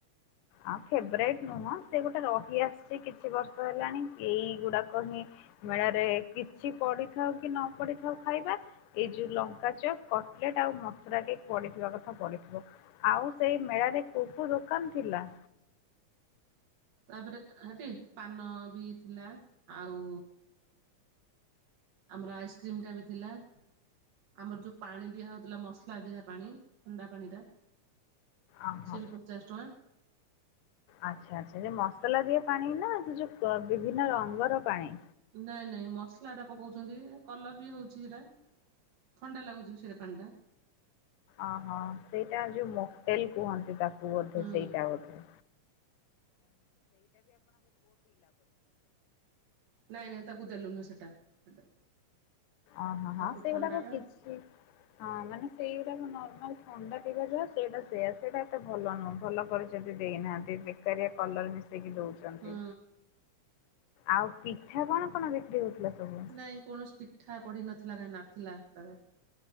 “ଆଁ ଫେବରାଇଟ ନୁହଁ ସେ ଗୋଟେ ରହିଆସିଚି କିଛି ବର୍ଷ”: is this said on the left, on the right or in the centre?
Left